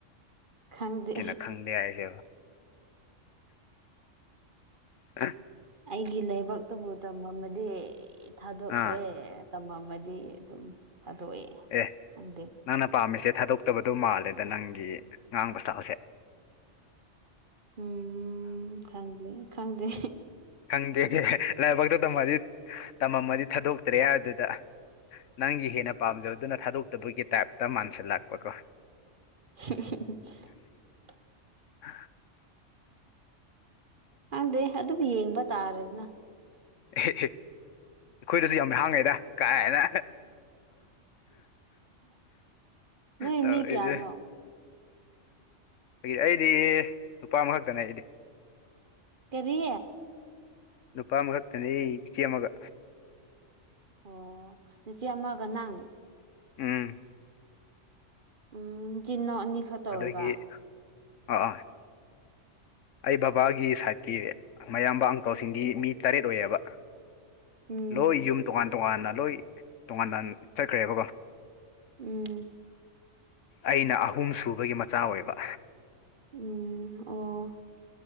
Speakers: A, on the right (about 45°); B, on the left (about 80°).
A: ꯈꯪꯗꯦ
B: ꯀꯩꯅꯣ ꯈꯪꯗꯦ ꯍꯥꯏꯁꯦꯕꯨ <unintelligible>
A: ꯑꯩꯒꯤ ꯂꯥꯏꯕꯛꯇꯕꯨ ꯇꯝꯃꯝꯃꯗꯤ ꯊꯥꯗꯣꯛꯇ꯭ꯔꯦ
B: ꯑꯥ
A: ꯇꯝꯃꯝꯃꯗꯤ ꯑꯗꯨꯝ ꯊꯥꯗꯣꯛꯑꯦ
B: ꯑꯦ
A: ꯈꯪꯗꯦ
B: ꯅꯪꯅ ꯄꯥꯝꯃꯤꯁꯦ ꯊꯥꯗꯣꯛꯇꯕꯗꯣ ꯃꯥꯜꯂꯦꯗ ꯅꯪꯒꯤ ꯉꯥꯡꯕ ꯏꯁꯇꯥꯜꯁꯦ
A: ꯎꯝ ꯈꯪꯗꯦ ꯈꯪꯗꯦ
B: ꯈꯪꯗꯦ ꯂꯥꯏꯕꯛꯇ ꯇꯝꯃꯗꯤ ꯇꯝꯃꯝꯃꯗꯤ ꯊꯥꯗꯣꯛꯇ꯭ꯔꯦ ꯍꯥꯏꯕꯗꯨꯗ ꯅꯪꯒꯤ ꯍꯦꯟꯅ ꯄꯥꯝꯖꯕꯗꯨꯅ ꯊꯥꯗꯣꯛꯇꯕꯒꯤ ꯇꯥꯏꯞꯇ ꯃꯥꯟꯁꯤꯜꯂꯛꯄꯀꯣ
A: ꯍꯨꯝ ꯍꯨ ꯍꯨ
B: <inaudible>
A: ꯈꯪꯗꯦ ꯑꯗꯨꯝ ꯌꯦꯡꯕ ꯇꯥꯔꯦꯗꯅ
B: ꯑꯦꯍꯦ ꯍꯦ ꯑꯩꯈꯣꯏꯗꯁꯨ ꯌꯥꯝꯍꯥꯡꯉꯤꯗ ꯀꯥꯏꯅ
A: ꯅꯣꯏ
B: ꯇꯧꯔꯤꯁꯦ
A: ꯃꯤ ꯀꯌꯥꯅꯣ
B: ꯑꯩꯗꯤ ꯅꯨꯄꯥ ꯑꯃꯈꯛꯇꯅꯦ ꯑꯩꯗꯤ
A: ꯀꯔꯤ
B: ꯅꯨꯄꯥ ꯑꯃꯈꯛꯇꯅꯤ ꯏꯆꯦ ꯑꯃꯒ
A: ꯑꯣ ꯅꯆꯦ ꯑꯃꯒ ꯅꯪ
B: ꯎꯝ
A: ꯎꯝ ꯏꯆꯤꯟꯏꯅꯥꯎ ꯑꯅꯤꯈꯇ ꯑꯣꯏꯕ
B: ꯑꯗꯨꯒꯤ ꯑꯥ ꯑꯥ ꯑꯩ ꯕꯕꯥꯒꯤ ꯁꯥꯏꯠꯀꯤ ꯃꯌꯥꯝꯕ ꯑꯪꯀꯜꯁꯤꯡꯒꯤ ꯃꯤ ꯇꯔꯦꯠ ꯑꯣꯏꯌꯦꯕ
A: ꯎꯝ
B: ꯂꯣꯏ ꯌꯨꯝ ꯇꯣꯉꯥꯟ ꯇꯣꯉꯥꯟꯅ ꯂꯣꯏ ꯇꯣꯉꯥꯟꯅꯟ ꯆꯠꯈ꯭ꯔꯦꯕꯀꯣ
A: ꯎꯝ
B: ꯑꯩꯅ ꯑꯍꯨꯝ ꯁꯨꯕꯒꯤ ꯃꯆꯥ ꯑꯣꯏꯕ
A: ꯎꯝ ꯑꯣ